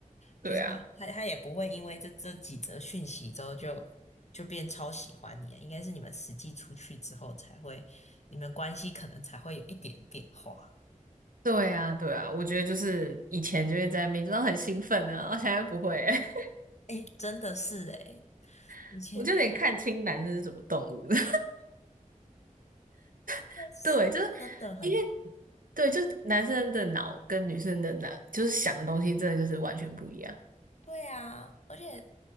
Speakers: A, on the right; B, on the left.
A: 对啊。
B: 就是他他也不会因为这这几则讯息之后就就变超喜欢你啊，应该是你们实际出去之后才会，你们关系可能才会有一点变化。
A: 对啊，对啊，我觉得就是以前就会在那边，就是很兴奋啊，我现在不会欸，
B: 哎，真的是哎，
A: <laughs>
B: 以前的
A: 我就有点看清男生是什么动物的。<laughs>
B: 那是真的很
A: 对，就是因为对，就是男生的脑跟女生的脑，就是想的东西真的就是完全不一样。
B: 对啊，而且